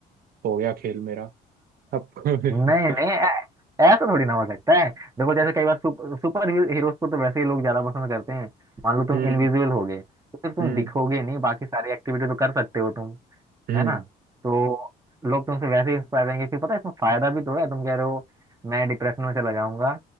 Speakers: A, on the right; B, on the right.
A: हो गया खेल मेरा अब <laughs>
B: नहीं नहीं ऐ- ऐसा थोड़ी ना हो सकता है देखो जैसे कई बार सुप, सुपर हीरोज को तो वैसे ही लोग ज्यादा पसंद करते हैं मान लो तुम
A: हम्म
B: इनविजिबल हो गए तो फिर तुम
A: हम्म
B: दिखोगे नहीं बाकी सारी एक्टिविटी तो कर सकते हो तुम
A: हम्म
B: है ना तो लोग तुमसे वैसे ही इंस्पायर रहेंगे फिर पता है इसमें फायदा भी तो है तुम कह रहे हो मैं डिप्रेशन में चला जाऊंगा